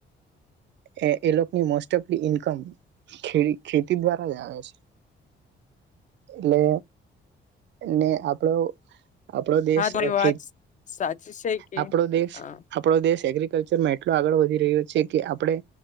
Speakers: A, on the right; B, on the left.
A: એ એ લોકોની મોસ્ટ ઓફ ઇન્કમ ખે ખેતી દ્વારા જ આવે છે એટલે એને આપડો આપડો દેશ
B: હા તમારી વાત
A: ખેત
B: સાચી છે કે
A: આપણો દેશ
B: હા
A: આપણો દેશ. એગ્રીકલ્ચરમાં એટલો આગળ વધી રહ્યો છે કે આપડણે